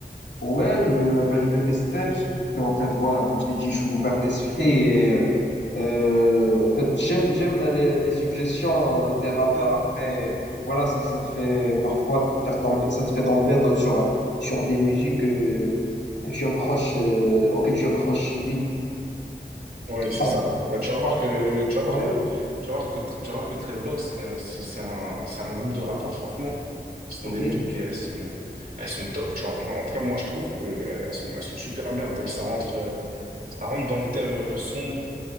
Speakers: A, on the left; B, on the right.
A: Ouais, je, bah, je vais tester parce que, parce que, en fait, voilà, comme je t'ai dit, je suis ouvert d'esprit et euh, euh, en fait, j'aime j'aime les, les suggestions euh, des rappeurs. Après, voilà, ça, ça te fait parfois te faire tomber, ça te fait tomber dans- sur sur des musiques euh, que tu accroches, euh, auxquelles tu accroches vite.
B: Ouais, c'est
A: Ah,
B: ça. Bah, tu vas voir
A: après-
B: que, tu vas voir
A: ouais,
B: que, tu vas voir que, tu vas voir que 13 Blocks, c'est, un- c'est c'est un, c'est un groupe de rappeurs, franchement, qui sont
A: ok,
B: des musiques et elles sont, elles sont top, tu vois. En tout cas, moi, je trouve que elles sont, elles sont super bien. T'as vu, ça rentre, euh, ça rentre dans le thème euh, sombre.